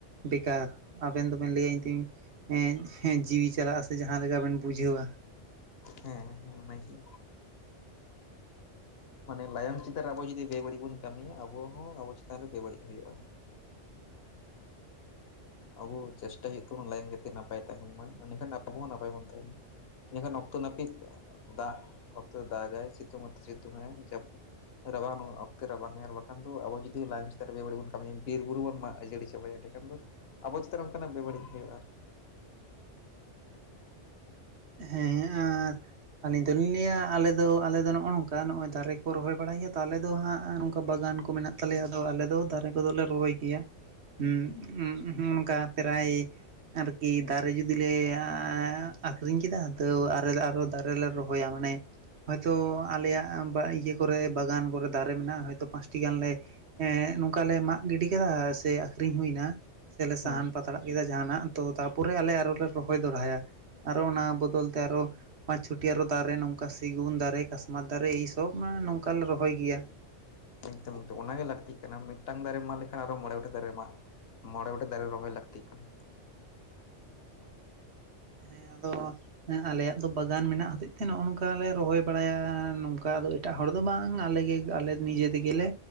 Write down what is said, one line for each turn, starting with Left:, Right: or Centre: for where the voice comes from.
Right: ᱵᱮᱠᱟᱨ ᱟᱵᱮᱱ ᱫᱚᱵᱮᱱ ᱞᱟᱹᱭᱟ ᱤᱧ ᱛᱤᱧ ᱮᱸᱜ ᱡᱤᱣᱤ ᱪᱟᱞᱟᱜᱼᱟ ᱥᱮ ᱡᱟᱦᱟᱸ ᱞᱮᱠᱟᱵᱮᱱ ᱵᱩᱡᱷᱟᱹᱣᱟ
Left: ᱦᱮᱸ ᱦᱮᱸ ᱚᱱᱟ ᱜᱮ᱾ ᱢᱟᱱᱮ ᱞᱟᱭᱚᱝ ᱪᱮᱛᱟᱱ ᱨᱮ ᱟᱵᱚ ᱡᱩᱫᱤ ᱵᱮᱵᱟᱹᱲᱤᱡ ᱵᱚᱱ ᱠᱟᱹᱢᱤᱭᱟ ᱟᱵᱚ ᱦᱚᱸ ᱟᱵᱚ ᱪᱮᱛᱟᱱ ᱨᱮ ᱵᱮᱵᱟᱹᱲᱤᱡ ᱦᱩᱭᱩᱜᱼᱟ᱾ ᱟᱵᱚ ᱪᱮᱥᱴᱟᱭ ᱦᱩᱭᱩᱜ ᱛᱟᱵᱚᱱᱟ ᱞᱟᱭᱚᱝ ᱡᱟᱛᱮ ᱱᱟᱯᱟᱭ ᱛᱟᱦᱮᱸᱱ ᱢᱟ ᱮᱰᱮᱠᱷᱟᱱ ᱟᱵᱚ ᱦᱚᱸ ᱱᱟᱯᱟᱭ ᱵᱚᱱ ᱛᱟᱦᱮᱸᱱᱟ᱾ ᱤᱱᱟᱹᱠᱷᱟᱱ ᱚᱠᱛᱚ ᱱᱟᱹᱯᱤᱛ ᱫᱟᱜ ᱚᱠᱛᱚ ᱫᱟᱜᱟᱭ ᱥᱤᱛᱩᱝ ᱚᱠᱛᱚ ᱥᱤᱛᱩᱝ ᱟᱭ ᱡᱟᱹᱯᱩᱫ ᱨᱟᱵᱟᱝ ᱚᱠᱛᱮ ᱨᱟᱵᱟᱝ ᱟᱨ ᱵᱟᱠᱷᱟᱱ ᱫᱚ ᱟᱵᱚ ᱡᱩᱫᱤ ᱞᱟᱭᱚᱝ ᱪᱮᱛᱟᱱ ᱨᱮ ᱵᱮᱵᱟᱹᱲᱤᱡ ᱵᱚᱱ ᱠᱟᱹᱢᱤᱭᱟ ᱵᱤᱨ ᱵᱩᱨᱩ ᱵᱚᱱ ᱢᱟᱜ ᱩᱡᱟᱹᱲ ᱫᱚᱦᱚᱭᱟ ᱮᱸᱰᱮᱠᱷᱟᱱ ᱫᱚ ᱟᱵᱚ ᱪᱮᱛᱟᱱ ᱚᱱᱠᱟᱱᱟᱜ ᱵᱮᱵᱟᱹᱲᱤᱡ ᱦᱩᱭᱩᱜᱼᱟ ᱟᱨᱠᱤ᱾
Right: ᱦᱮᱸ ᱟᱨ ᱟᱹᱞᱤᱧ ᱫᱚᱞᱤᱧ ᱞᱟᱹᱭᱟ ᱟᱞᱮ ᱫᱚ ᱟᱞᱮ ᱫᱚ ᱱᱚᱸᱜᱼᱚ ᱱᱚᱝᱠᱟ ᱱᱚᱸᱜᱼᱚᱭ ᱫᱟᱨᱮ ᱠᱚ ᱨᱚᱦᱚᱭ ᱵᱟᱲᱟᱭ ᱜᱮᱭᱟ ᱛᱚ ᱟᱞᱮ ᱫᱚ ᱦᱟᱸᱜ ᱱᱚᱝᱠᱟ ᱵᱟᱜᱟᱱ ᱠᱚ ᱢᱮᱱᱟᱜ ᱛᱟᱞᱮᱭᱟ ᱟᱫᱚ ᱟᱞᱮ ᱫᱚ ᱫᱟᱨᱮ ᱠᱚᱫᱚᱞᱮ ᱨᱚᱦᱚᱭ ᱜᱮᱭᱟ ᱩᱸᱜ ᱦᱩᱸ ᱱᱚᱸᱜᱼᱚ ᱱᱚᱝᱠᱟ ᱯᱨᱟᱭ ᱟᱨᱠᱤ ᱫᱟᱨᱮ ᱡᱩᱫᱤ ᱞᱮ ᱟ-ᱟᱠᱷᱨᱤᱧ ᱠᱮᱫᱟ ᱛᱟᱹᱣ ᱟᱨᱚ ᱫᱟᱨᱮ ᱨᱮᱞᱮ ᱨᱚᱦᱚᱭᱟ ᱢᱟᱱᱮ ᱦᱚᱭᱛᱚ ᱟᱞᱮᱭᱟᱜ ᱤᱭᱟᱹ ᱠᱚᱨᱮ ᱵᱟᱜᱟᱱ ᱠᱚᱨᱮ ᱫᱟᱨᱮ ᱢᱮᱱᱟᱜᱼᱟ ᱦᱚᱭᱛᱚ ᱯᱟᱸᱪᱴᱤ ᱜᱟᱱ ᱞᱮ ᱦᱮᱸ ᱱᱚᱝᱠᱟ ᱞᱮ ᱢᱟᱜ ᱜᱤᱰᱤ ᱠᱟᱫᱟ ᱥᱮ ᱟᱠᱷᱨᱤᱧ ᱦᱩᱭᱱᱟ, ᱥᱮᱞᱮ ᱥᱟᱦᱟᱱ
Left: ᱦᱮᱸ
Right: ᱯᱟᱛᱲᱟᱜ ᱠᱮᱫᱟ ᱡᱟᱦᱟᱸᱱᱟᱜ ᱛᱚ ᱛᱟᱨᱯᱚᱨᱮ ᱟᱞᱮ ᱟᱨᱮ ᱨᱚᱦᱚᱭ ᱫᱚᱲᱦᱟᱭᱟ᱾ ᱟᱨᱚ ᱚᱱᱟ ᱵᱚᱫᱚᱞ ᱛᱮ ᱟᱨᱚ ᱯᱟᱸᱪ ᱪᱷᱚᱴᱤ ᱟᱨᱚ ᱫᱟᱨᱮ ᱱᱚᱝᱠᱟ ᱥᱤᱜᱩᱱ ᱫᱟᱨᱮ ᱠᱟᱥᱢᱟᱨ ᱫᱟᱨᱮ ᱮᱭ ᱥᱚᱵ ᱢᱟᱱᱮ ᱱᱚᱝᱠᱟ ᱞᱮ ᱨᱚᱦᱚᱭ ᱜᱮᱭᱟ᱾
Left: ᱮᱠᱫᱚᱢ ᱚᱱᱟ ᱜᱮ ᱞᱟᱹᱠᱛᱤ ᱠᱟᱱᱟ ᱢᱤᱫᱴᱟᱝ ᱫᱟᱨᱮᱢ ᱢᱟᱜ ᱞᱮᱠᱷᱟᱱ ᱟᱨᱚ ᱢᱚᱬᱮ ᱜᱚᱴᱮᱡ ᱫᱟᱨᱮ ᱢᱟᱜ ᱢᱚᱬᱮ ᱜᱚᱴᱮᱡ ᱫᱟᱨᱮ ᱨᱚᱦᱚᱭ ᱞᱟᱹᱠᱛᱤᱜ ᱠᱟᱱᱟ᱾
Right: ᱦᱮᱸ ᱟᱫᱚ ᱦᱮᱸ ᱟᱞᱮᱭᱟᱜ ᱫᱚ ᱵᱟᱜᱟᱱ ᱢᱮᱱᱟᱜ ᱦᱚᱛᱮᱡ ᱛᱮ ᱱᱚᱸᱜᱼᱚ ᱱᱚᱝᱠᱟ ᱞᱮ ᱨᱚᱦᱚᱭ ᱵᱟᱲᱟᱭᱟ ᱱᱚᱝᱠᱟ ᱟᱫᱚ ᱮᱴᱟᱜ ᱦᱚᱲ ᱫᱚ ᱵᱟᱝ ᱟᱞᱮᱜᱮ ᱟᱞᱮ ᱱᱤᱡᱮ ᱛᱮᱜᱮᱞᱮ